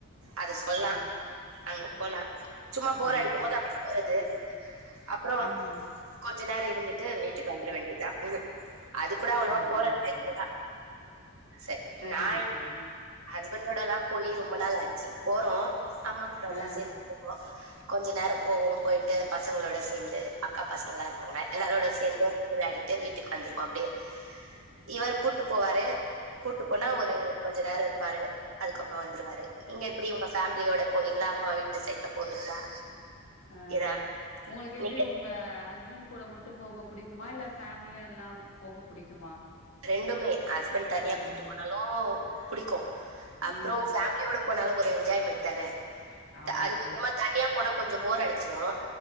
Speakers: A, on the right; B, on the left.
A: அத சொல்லா
B: ஆ
A: அங்க போலாம் சும்மா போர்
B: ஆமா
A: அடிக்கும் போது அ போ அது அப்புறம்
B: ம்
A: கொஞ்ச நேர இருந்துட்டு வீட்டுக்கு வந்துர வேண்டியதுதா அது கூட அவ்வளவா
B: சரிங்க
A: போற டைப்புதா
B: சரிங்க
A: சரி
B: சரிங்க
A: நா
B: சரிங்க
A: ஹஸ்பண்டோட எல்லாம் போயி ரொம்ப நாள் ஆச்சு போணு அம்மா கூட எல்லா
B: ஆ
A: சேந்து தூங்குவோ கொஞ்ச நேரோ போவோ போயிட்டு பசங்களோட சேந்து அக்கா பசங்களா இருப்பாங்க எல்லாரோட சேந்து விளையாடிட்டு வீட்டுக்கு வந்திருவோ அப்டியே இவர் கூட்டு போவாரு கூட்டு போனா ஒரு கொஞ்ச நேரோ இரு பாரு அதுக்கப்புற வந்துருவாரு நீங்க எப்டி உங்க ஃபேமிலியோட போவீங்களா அம்மா வீட்டு சைட்ல போவீங்களா
B: அஹ்
A: ஏதா
B: உங்களுக்கு எப்டி
A: நீங்க
B: உங்க ஹஸ்பண்ட் கூட மட்டு போக புடிக்குமா இல்ல ஃபேமிலியா எல்லா போக புடிக்குமா
A: ரெண்டுமே ஹஸ்பண்ட் தனியா
B: ரெண்டுமே
A: கூட்டு போனாலு புடிக்கு அப்புறோ
B: ஆ
A: ஃபேமிலியோட போனாலு ஒரு என்ஜாய்மென்ட் தான
B: ஆமா
A: அதுக்கப்புறமா தனியா போன கொஞ்ச போர் அடிச்சிரும்